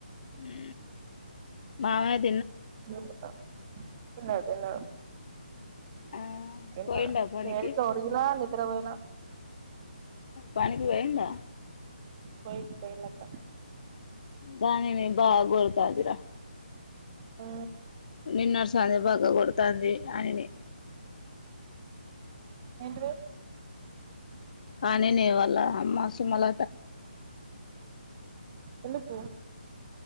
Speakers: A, on the left; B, on the right.
A: ఉ మావయ్య
B: చేం అక్క తిన్నడు తిన్నడు
A: ఆ
B: తిన్న
A: పోయిండా పనికి
B: నేను ఇట్ల ఒరిగిన ని నిద్రవోయిన
A: పనికి వెయ్యిండా
B: పోయి పోయిండక్క
A: వాణి ని బాగా కొడుతందిర
B: ఆ
A: నిన్న చలి బాగా కొడుతాంది అనిని
B: ఏంటిది
A: కానీ నేవాల అమ్మాసు మల
B: ఎందుకు